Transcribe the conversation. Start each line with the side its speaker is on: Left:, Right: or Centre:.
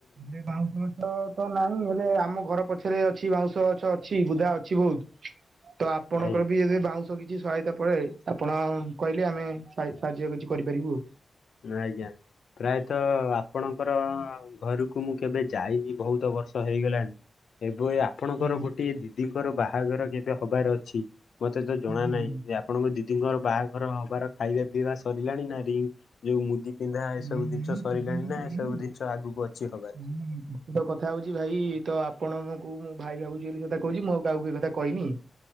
Right: ସେ ବାଉଁଶ ଗଛ ତ ନାହିଁ ହେଲେ ଆମ ଘର ପ ଛରେ ଅଛି ବାଉଁଶ ଗଛ ଅଛି ବୁଦା ଅଛି ବହୁତ୍ ତ ଆପଣଙ୍କର
Left: ଏ
Right: ବି ଯଦି ବାଉଁ ତ କିଛି ସହାୟତା ପଡ଼େ ଆପଣ କହିଲେ ଆମେ ସାଇ ସାହାଯ୍ୟ କିଛି କରିପାରିବୁ।
Left: ନା ଆଜ୍ଞା। ପ୍ରାୟତଃ ଆପଣଙ୍କର ଘରକୁ ମୁଁ କେବେ ଯାଇନି ବହୁତ ବର୍ଷ ହେଇଗଲାଣି? ଏଭୟା। ଆପଣଙ୍କର
Right: ଆଜ୍ଞା
Left: ଗୋଟିଏ ଦିଦିଙ୍କର ବାହାଘର କେବେ ହବାର ଅଛି ମତେ ତ ଜଣା
Right: ଆଜ୍ଞା
Left: ନାହିଁ
Right: ଆଜ୍ଞା
Left: ଯେ ଆ ଆପଣଙ୍କ ଦିଦିଙ୍କର ବାହାଘର ହବାର ହେବାର ଖାଇବା ପିଇବା ସରିଲାଣି ନା ରିଙ୍ଗ ଯୋଉ ମୁଦି ପିନ୍ଧା ଏସବୁ
Right: ନାଇଁ ନାଇଁ
Left: ଜିନିଷ ସରିଲାଣି
Right: ସେ ଯାଇକି
Left: ନା
Right: ଯାଇନି
Left: ଏସବୁ
Right: ଆଉ।
Left: ଜିନିଷ ଆଗକୁ ଅଛି ହବା?
Right: ହୁଁ ପ୍ରକୁତ କଥା ହଉଛି ଭାଇ ତ ଆପଣଙ୍କୁ ମୁଁ ଭାଇ ଭାବୁଛି ବୋଲି ଏ କଥା କହୁଛି ମୁଁ ଆଉ କାହାକୁ କଥା କହିନି।